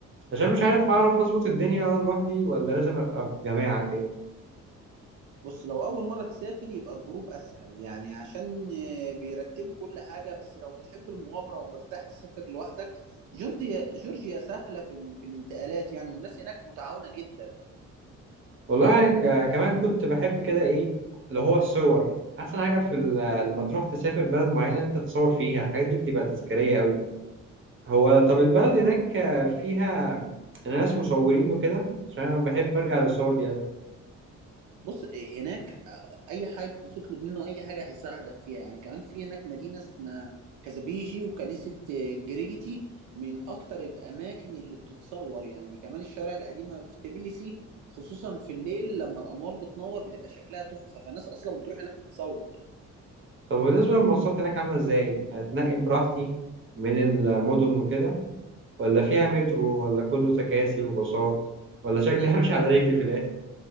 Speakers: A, on the right (about 40°); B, on the right (about 80°).
A: عشان مش عارف هعرف أظبط الدنيا وأنا لوحدي ولا لازم أبقى في جماعة كده
B: بص لو اول مره تسافر يبقى الجروب اسهل يعني عشان آه، بيرتبوا كل حاجه بس لو بتحب المغامره ومرتاح تسافر لوحدك جورجيا جورجيا سهله في ال... في الانتقالات يعني والناس هناك متعاونه جدا
A: والله ك- كمان كنت بحب كده ايه اللي هو الصور احسن حاجه في ال- لما تروح تسافر بلد معينه انت تصور فيها الحاجات دي بتبقى تذكاريه قوي هو طب البلد هناك فيها ناس مصورين وكده عشان انا بحب ارجع للصور دي قوي
B: بص آه، هناك آه، اي حد تطلب منه اي حاجه هيساعدك فيها يعني كمان في هناك مدينه اسمها كازابيجي وكنيسه آه، جريجيتي من اكتر الاماكن اللي بتتصور يعني كمان الشوارع القديمه في تبليسي خصوصا في الليل لما الانوار بتنور بتبقى شكلها تحفه فالناس اصلا بتروح هناك تتصور
A: طب بالنسبه للمواصلات هناك عامله ازاي اتنقل براحتي من المدن وكده ولا فيها مترو ولا كله تكاسي وباصات ولا شكلي <laughs> همشي على رجلي في الاخر